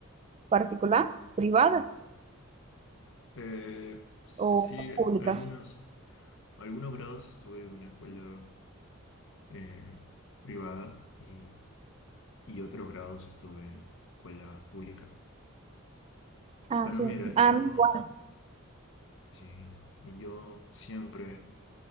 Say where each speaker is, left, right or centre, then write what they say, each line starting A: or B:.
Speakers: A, on the right (about 30°); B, on the left (about 60°).
A: particular, privada
B: Eh, sí,
A: o pública?
B: algunos, algunos grados estuve en una escuela eh, privada y, y otros grados estuve en escuela pública.
A: Ah,
B: Pero
A: sí.
B: mira,
A: Ah,
B: yo,
A: mi igual.
B: sí, y yo siempre,